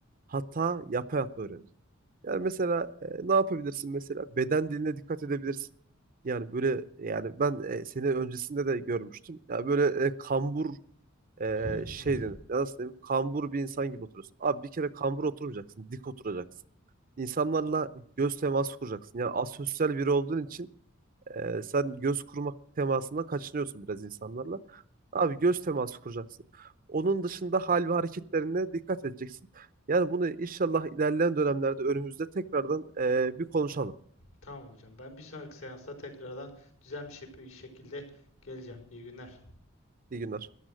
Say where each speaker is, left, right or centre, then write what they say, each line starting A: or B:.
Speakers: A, on the right; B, on the left.
A: hata yapa yapa öğrenir. Yani mesela e, ne yapabilirsin mesela? Beden diline dikkat edebilirsin. Yani böyle yani ben e, seni öncesinde de görmüştüm. Yani böyle e, kambur e,
B: Hı hı
A: şey
B: hı hı.
A: denir. Ya Nasıl diyeyim? Kambur bir insan gibi oturuyorsun. Abi bir kere kambur oturmayacaksın. Dik oturacaksın. İnsanlarla göz teması kuracaksın. Yani asosyal biri olduğun için ee, sen göz kurmak temasından kaçınıyorsun biraz insanlarla. Abi göz teması kuracaksın. Onun dışında hal ve hareketlerine dikkat edeceksin. Yani bunu inşallah ilerleyen dönemlerde önümüzde tekrardan e, bir konuşalım.
B: Tamam hocam. Ben bir sonraki seansta tekrardan düzenli bir şekilde geleceğim. İyi günler.
A: İyi günler.